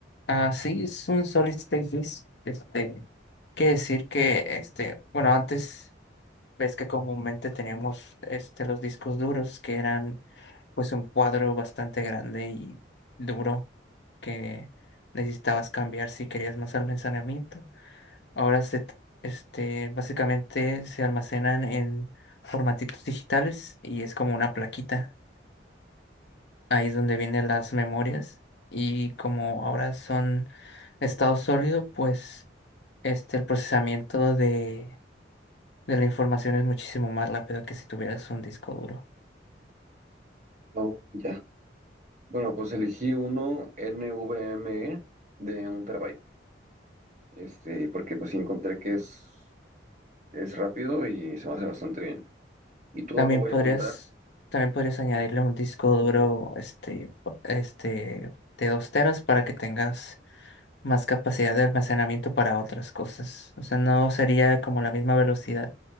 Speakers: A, on the left; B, on the right.
A: Ah, sí, es un solid state disk. Este, quiere decir que, este, bueno, antes ves que comúnmente teníamos este, los discos duros que eran pues un cuadro bastante grande y duro que necesitabas cambiar si querías más almacenamiento. Ahora se, t- este, básicamente se almacenan en formatitos digitales y es como una plaquita. Ahí es donde vienen las memorias y como ahora son estado sólido, pues este, el procesamiento de, de la información es muchísimo más rápido que si tuvieras un disco duro.
B: No, ya. Bueno, pues elegí uno NVMe de un terabyte. Este, porque pues sí encontré que es, es rápido y se me hace bastante bien. Y todo
A: También
B: lo voy
A: podrías,
B: a montar.
A: también podrías añadirle un disco duro este, po- este, de dos teras para que tengas más capacidad de almacenamiento para otras cosas. O sea, no sería como la misma velocidad.